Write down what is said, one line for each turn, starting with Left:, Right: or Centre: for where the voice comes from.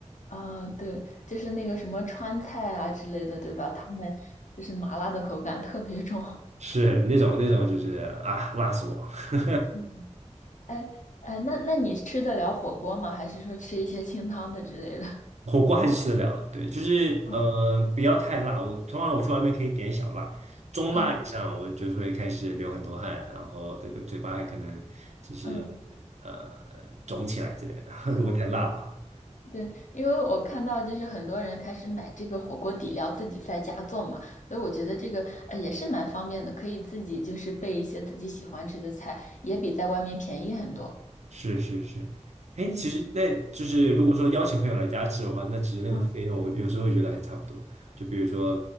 Left: 嗯，对，就是那个什么川菜啊之类的，对吧？他们就是麻辣的口感特别重。
Right: 是那种那种就是啊，辣死我！<laughs>
Left: <laughs> 哎哎，那那你吃得了火锅吗？还是说吃一些清汤的之类的？
Right: 火锅还是吃得了的，对，就是嗯，
Left: <laughs> 嗯
Right: 不要太辣。我通常我去外面可以点小辣，中辣以上我就是会开始流很多汗，
Left: 嗯
Right: 然后这个嘴巴还可能就是
Left: 嗯
Right: 呃肿起来之类的。<laughs> 如果太辣了。
Left: 哦，对，因为我看到就是很多人开始买这个火锅底料自己在家做嘛，所以我觉得这个呃也是蛮方便的，可以自己就是备一些自己喜欢吃的菜，也比在外面便宜很多。
Right: 是是是，哎，
Left: 嗯
Right: 其实那就是如果说邀请朋友来家吃的话，那其实那个费用我有时候会觉得还差不多。
Left: 嗯
Right: 就比如说